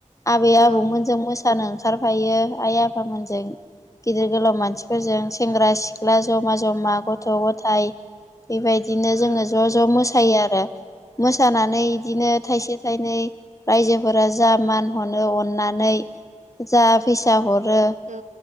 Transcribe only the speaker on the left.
आबै आबौमोनजों
मोसानो ओंखारफायो आइ आफ फामोनजों गिदिर गोलाव मानसिफोरजों सेंग्रा सिख्ला जमा
जमा गथ' गथ' गथायाइ बेबायदिनो जोङो
ज' ज' मोसायो आरो। मोसानानै बिदिनो थाइसे थायनै रायजोफोरा जा मान हरो अननानै जा फैसा हरो